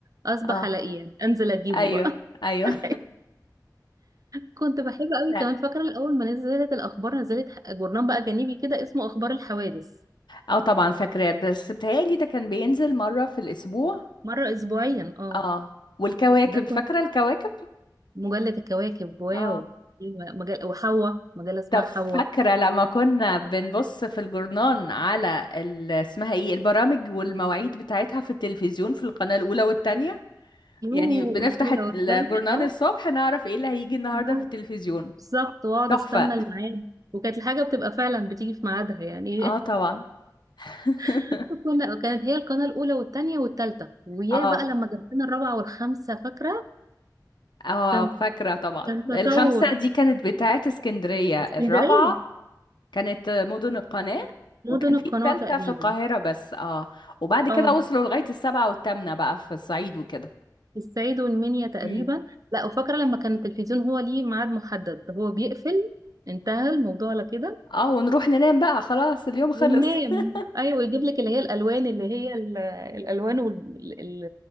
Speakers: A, on the right (about 50°); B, on the left (about 80°).
A: اصبح
B: اه
A: الاقيه يعني انزل اجيبه
B: ايوه
A: بقى
B: ايوه
A: <laughs> كنت بحب قوي
B: <laughs>
A: كمان فاكره الاول ما نزلت الاخبار نزلت جورنان بقى جانبي كده اسمه اخبار الحوادث
B: اه طبعا فاكراه بس بتهيألي ده كان بينزل مرة في الأسبوع
A: مره اسبوعيا اه
B: اه والكواكب
A: ده
B: فاكرة الكواكب
A: مجلة الكواكب واو
B: اه
A: في م- مجلة وحواء مجلة اسمها
B: طب فاكرة
A: حواء
B: لما كنا بنبص في الجورنان على ال... اسمها ايه البرامج والمواعيد بتاعتها في التلفزيون في القناة الأولى والتانية
A: يوه
B: يعني بنفتح
A: الأولى والثانية
B: الجورنان
A: اه
B: الصبح نعرف ايه اللي هيجي النهاردة
A: لا،
B: في التلفزيون
A: بالظبط واقعد
B: تحفة
A: استنى الميعاد وكانت الحاجة بتبقى فعلا بتيجي في ميعادها يعني
B: اه طبعا <laughs>
A: <laughs> كنا كانت هي القناة الأولى والثانية والثالثة ويا
B: اه
A: بقى لما جاب لنا الرابعة والخامسة فاكرة
B: اه
A: كان
B: فاكرة طبعا
A: كان تطور
B: الخمسة دي كانت بتاعت اسكندرية الرابعة
A: اسكندرية
B: كانت مدن القناة
A: مدن
B: وكان في
A: القناة
B: التالتة
A: تقريبا
B: في القاهرة بس اه وبعد
A: اه
B: كده وصلوا لغاية السبعة والتامنة بقى في الصعيد وكده
A: الصعيد والمنيا تقريبا
B: امم
A: لا وفاكرة لما كان التلفزيون هو ليه ميعاد محدد هو بيقفل انتهى الموضوع على كده
B: اه ونروح ننام بقى خلاص اليوم خلص
A: والنام
B: <laughs>
A: ايوه يجيب لك اللي هي الالوان اللي هي ال- الالوان وال... ال...